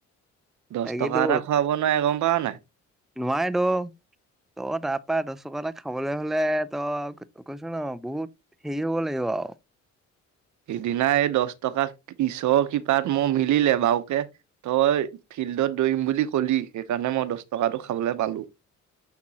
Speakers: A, on the right; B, in the centre.
A: দচ
B: তাকেতো
A: টকা এটা খোৱাব নোৱাই গম পাৱ নাই।
B: নোৱাই দো তই তাৰপৰা দছ টকা এটা খাবলৈ হলে তই কৈছো ন বহুত হেৰি হব লাগিব। যাওঁ।
A: সিদিনা এই দহশ টকা ঈশ্বৰৰ কৃপাত মোৰ মিলিলে বউকে তই ফিল্ডত দৌৰিম বুলি ক'লি সেইকাৰণে মই দহ টকাটো খাবলে পালোঁ।